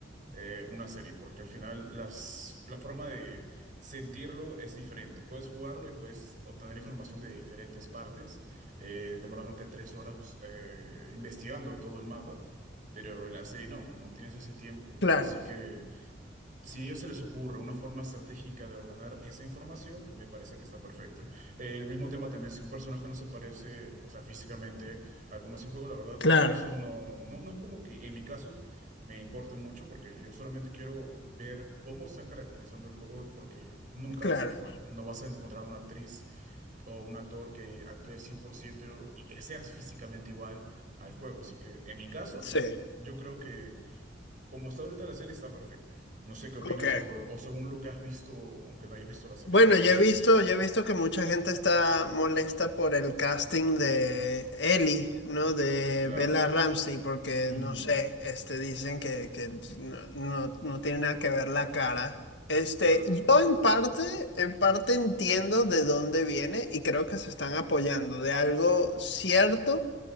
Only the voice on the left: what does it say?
Claro,
claro,
claro.
Sí,
ok.
Bueno,
yo he visto, yo he visto que mucha gente está molesta por el casting de Ellie, ¿no? De
Bella Ramsey, porque
no sé, este, dicen que, que no, no, no tiene nada que ver la cara. Este,
yo en parte, en parte entiendo de dónde viene y creo que se están apoyando de algo cierto,